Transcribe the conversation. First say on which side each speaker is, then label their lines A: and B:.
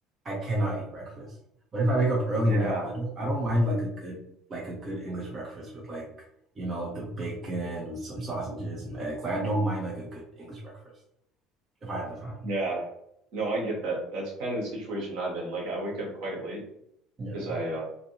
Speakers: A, on the right; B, on the right.
A: I cannot eat breakfast. But if I wake up early
B: Yeah,
A: enough, I don't I don't mind like a good like a good English breakfast with like you know the bacon with some sausages and eggs. Like I don't mind like a good English breakfast if I have the time.
B: yeah. No, I get that. That's kind of the situation I'm in. Like I wake up quite late
A: Yeah,
B: because I uh,